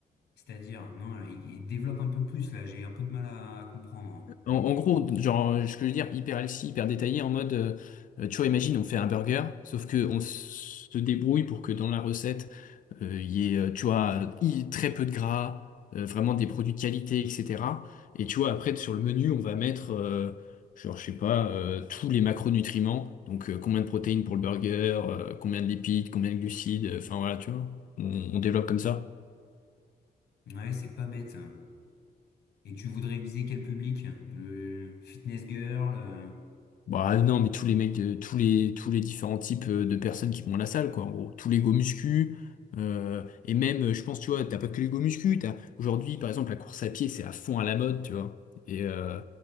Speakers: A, on the left; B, on the left.
A: C'est-à-dire, non, il il développe un peu plus là, j'ai un peu de mal à comprendre.
B: En, en gros, genre, ce que je veux dire, hyper healthy, hyper détaillé, en mode, euh, tu vois, imagine, on fait un burger, sauf que on se débrouille pour que dans la recette, euh, il y ait, euh, tu vois, i- très peu de gras, euh, vraiment des produits de qualité, etc. Et tu vois, après, sur le menu, on va mettre, euh, genre, je sais pas, euh, tous les macronutriments. Donc, euh, combien de protéines pour le burger, euh, combien de lipides, combien de glucides, euh, enfin voilà, tu vois. On, on développe comme ça.
A: Ouais, c'est pas bête. Et tu voudrais viser quel public? Le fitness girl? euh,
B: Bah non, mais tous les mecs, de- tous les, tous les différents types euh, de personnes qui vont à la salle, quoi, en gros. Tous les go muscu, euh, et même, euh, je pense, tu vois, t'as pas que les go muscu, t'as, aujourd'hui, par exemple, la course à pied, c'est à fond à la mode, tu vois. Et, euh,